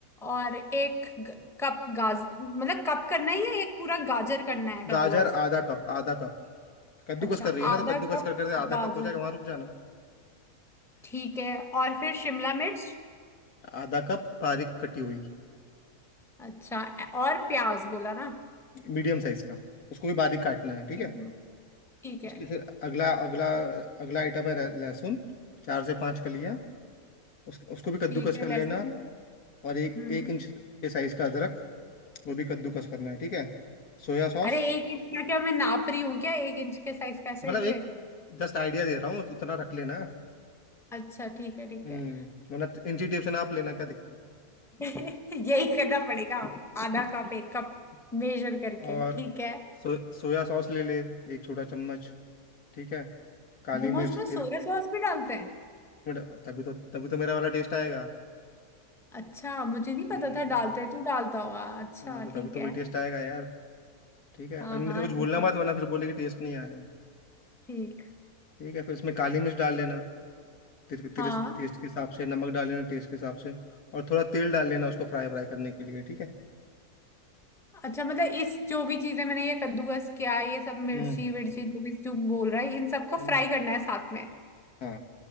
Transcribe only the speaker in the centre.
और एक ग- कप गाज मतलब कप करना ही है एक पूरा गाजर करना है कद्दूकस
अच्छा
आधा
कप
गाजर
ठीक है और फिर शिमला मिर्च
अच्छा और प्याज बोला ना
ठीक
है ठीक
है
ठीक है
लहसुन
हम्म
अरे एक इंच का क्या मैं नाप रही हूँ क्या एक इंच के साइज कैसे
कैसे
अच्छा ठीक है ठीक
है
<laughs> यही करना पड़ेगा
आधा कप एक कप
मेजर करके
ठीक है
मोमोज
में
सोया सॉस भी डालते हैं
अच्छा मुझे नहीं
पता था डालते हैं, तू डालता होगा अच्छा
ठीक
है
हाँ
हाँ
ठीक है
ठीक
हाँ
अच्छा मतलब इस जो भी चीजें मैंने ये कद्दूकस किया ये सब मिर्ची
विर्ची जो भी तू बोल रहा है इन सबको
फ्राई करना है साथ में